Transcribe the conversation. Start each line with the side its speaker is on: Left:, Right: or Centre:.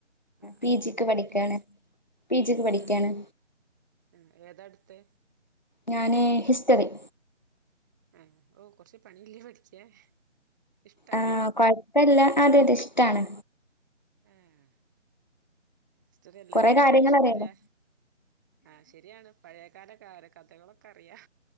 Right: ആഹ്
Left: പി ജിക്ക്
Right: എന്തിനാ
Left: പഠിക്കാണ്
Right: പഠിക്ക്‌ണേ
Left: പി ജിക്ക് പഠിക്കാണ്
Right: ആഹ് ഏഹ് ഏതാ എട്ത്തേ
Left: ഞാന് ഹിസ്റ്ററി
Right: ആഹ് ഓഹ് കൊറച്ച് പണിയില്ലേ പഠിക്കാൻ ഇഷ്ടാണോ
Left: ആഹ് കൊയപ്പില്ല അതെ അതെ ഇഷ്ടാണ്
Right: ആഹ് ഹിസ്റ്ററി എല്ലാർക്കും
Left: കൊറെ കാര്യങ്ങൾ
Right: ഒരു ഇഷ്ടല്ലേ
Left: അറിയണം
Right: ആഹ് ശെരിയാണ് പഴയകാല കാര് കഥകളൊക്കറിയാ